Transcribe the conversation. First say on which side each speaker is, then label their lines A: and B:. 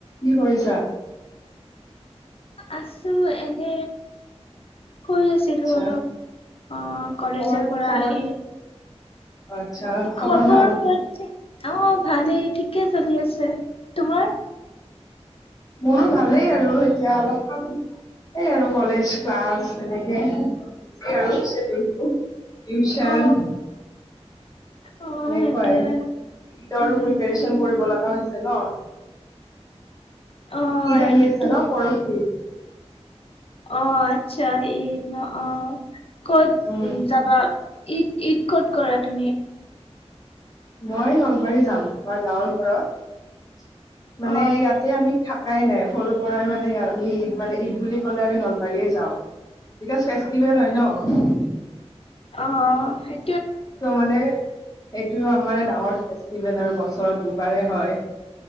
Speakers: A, on the left (about 30°); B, on the left (about 60°).
A: কি কৰিছা
B: আছো এনে শুই আছিলো
A: আচ্ছা
B: অলপ আহ কলেজৰ
A: খবৰ
B: পৰা
A: খবৰ
B: আহি
A: আচ্ছা
B: খবৰ
A: ভাল।
B: প অ ভালেই ঠিকে চলি আছে তোমাৰ
A: মোৰো ভালেই আৰু এতিয়া অলপমান এই আৰু কলেজ ক্লাছ এনেকে আৰু টিউচন
B: অ অ
A: এনেকুৱাই
B: সেইটোৱে
A: গীতৰো
B: উম
A: প্ৰিপৰেচন কৰিব লগা হৈছে ন
B: অ
A: ইদ আহি
B: সেইটোতো
A: আছে ন পৰশি
B: অ আচ্ছা এই ন অ ক'ত
A: উম
B: উ যাবা ঈদ ঈদ ক'ত কৰা তুমি
A: মই নলবাৰী যাম আমাৰ গাঁৱৰ ঘৰত
B: অ
A: মানে ইয়াতে আমি থাক কাই নাই সৰুৰ পৰাই মানে আমি ঈদ মানে ঈদ বুলি ক'লে আমি নলবাৰীয়ে যাওঁ বিকজ ফেষ্টিভেল হয় ন
B: অ সেই
A: ত' মানে এইটো আমাৰ ডাঙৰে আৰু বছৰৰ দুবাৰেেই হয়